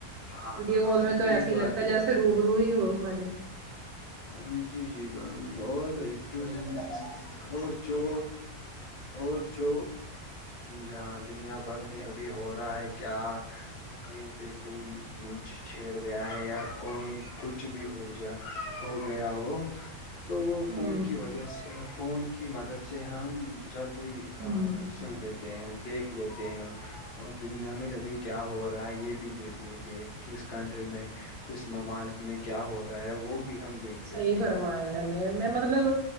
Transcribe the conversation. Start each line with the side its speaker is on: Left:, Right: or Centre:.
Left: ہاں
Right: ویڈیو
Left: ہاں،
Right: کال میں تو
Left: وہی
Right: ایسے ہی
Left: بات
Right: لگتا ہے جیسے روب رو ہی ہو ہماری
Left: ہ جی جی اور جو اور جو اور جو یہاں دنیا بھر میں ابھی ہو رہا ہے کیا کہیں پہ کوئی کچھ چھیڑ گیا ہے یا کوئی کچھ بھی ہو جا ہو گیا ہو تو وہ
Right: ہوں
Left: فون کی وجہ سے فون کی مدد سے ہم جلدی
Right: ہوں
Left: سن لی ہیں دیکھ لیتے ہیں اور دنیا میں ابھی کیا ہو رہا ہے یہ بھی دیکھ لیتے ہیں کس کنٹری میں کس ممالک میں کیا ہو رہا ہے وہ بھی ہم دیکھ
Right: صحیح
Left: لیتے
Right: فرمایا
Left: ہیں
Right: ہمیں میں مطلب